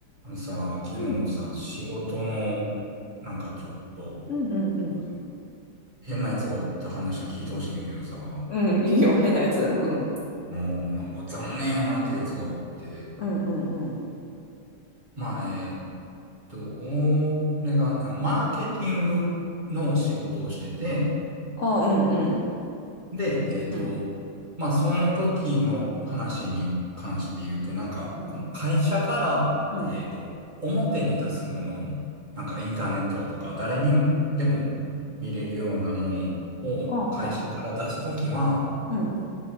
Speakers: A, on the right; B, on the left.
A: あのさ、昨日さ、
B: うん。
A: 仕事の、なんかちょっと、
B: うんうんうん。
A: なんか変なやつがおった話を聞いてほしいんやけどさ、も
B: うん、いいよ、変なやつうん。
A: うなんか残念やなっていうやつがおって、
B: うんうんうん。
A: まあ、えーっと、俺が、あマーケティングの仕事をしてて、
B: あうんうん。
A: で、えっと、
B: うん。
A: まあ、その時の話に関して言うと、なんか、
B: うん。
A: この会社から、
B: うん。
A: えっと、表に出すもの、なんかインターネットとか誰にでも見れるようなものを会社から出すときは、
B: はあはあ。うん。